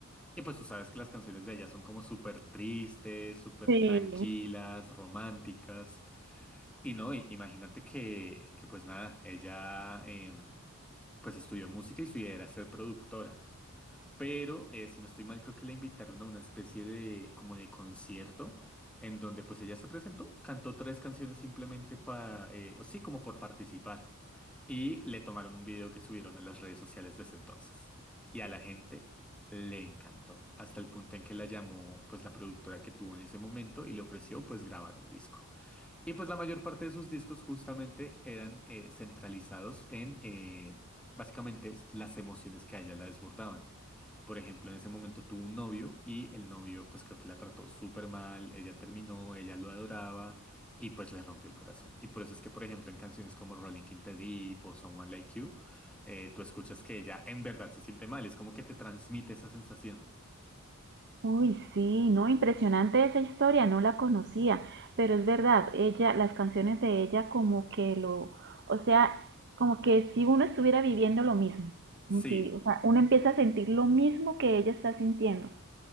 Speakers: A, in the centre; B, on the right (about 50°).
A: Y pues tú sabes que las canciones de ella son como súper tristes, súper
B: Sí,
A: tranquilas, románticas. Y no, i- imagínate que, que pues nada, ella em, pues estudió música y su idea era ser productora. Pero eh, si no estoy mal, creo que la invitaron a una especie de como de concierto en donde pues ella se presentó, cantó tres canciones simplemente para, eh, o sí, como por participar. Y le tomaron un video que subieron a las redes sociales desde entonces. Y a la gente le encantó, hasta el punto en que la llamó pues la productora que tuvo en ese momento y le ofreció pues grabar un disco. Y pues la mayor parte de sus discos justamente eran eh, centralizados en eh, básicamente las emociones que a ella la desbordaban. Por ejemplo, en ese momento tuvo un novio y el novio pues creo que la trató súper mal, ella terminó, ella lo adoraba y pues le rompió el corazón. Y por eso es que, por ejemplo, en canciones como Rolling in the Deep o Someone Like You, eh, tú escuchas que ella en verdad se siente mal, es como que te transmite esa sensación.
B: uy, sí, no, impresionante esa historia, no la conocía, pero es verdad, ella, las canciones de ella como que lo, o sea, como que si uno estuviera viviendo lo mismo,
A: Sí,
B: como si, o sea, uno empieza a sentir lo mismo que ella está sintiendo.